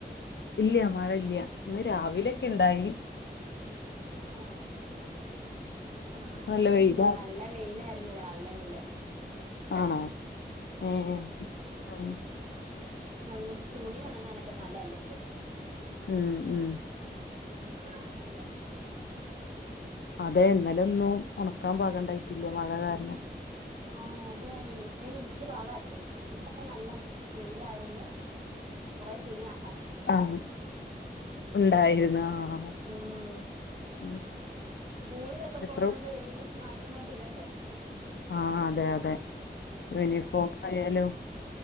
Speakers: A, on the left; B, on the right.
A: ഇല്ല മഴ ഇല്ല ഇന്ന് രാവിലൊക്കെ ഉണ്ടായി
B: ആണോ ആ
A: നല്ല
B: ഇവിടെ
A: വെയിലാ
B: ഇന്ന് നല്ല വെയിലായിരുന്നു രാവിലെ മുതൽ
A: ആണോ ആ ആഹ
B: അതുകൊ തുണി ഉണങ്ങാനൊക്കെ നല്ലല്ലേ
A: ഉം ഉം
B: ഉം <inaudible>
A: അതെ ഇന്നലെ ഒന്നും ഉണക്കാൻ പോകണ്ടായിട്ടില്ല മഴ കാരണം
B: ആ അതെ അതെ ഇവിടെ വലിയ പടായിരുന്നു ഇ നല്ല വെയില ആയത്‌ കൊണ്ട് കുറെ തുണിയ
A: ആഹ ഉണ്ടായിരുന്നു ആഹ
B: ഉം
A: ഉ
B: സ്കൂളിലൊക്കെ
A: എത്ര
B: പോകുന്നോണ്ട് ഡെയിലി മാറ്റി മാറ്റി ഇടണ്ടേ
A: ആ അതെ അതെ
B: ഉം.
A: യൂണിഫോം ആയാലും